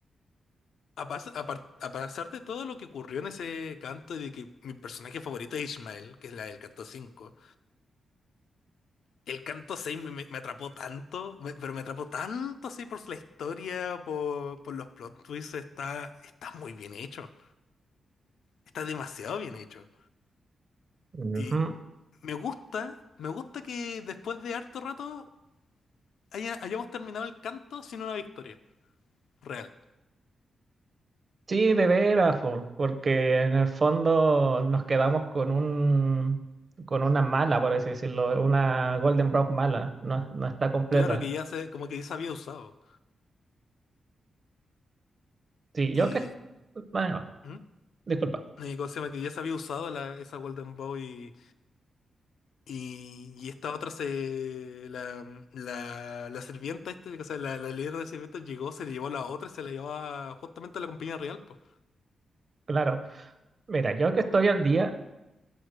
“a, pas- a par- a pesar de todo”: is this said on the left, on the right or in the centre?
Left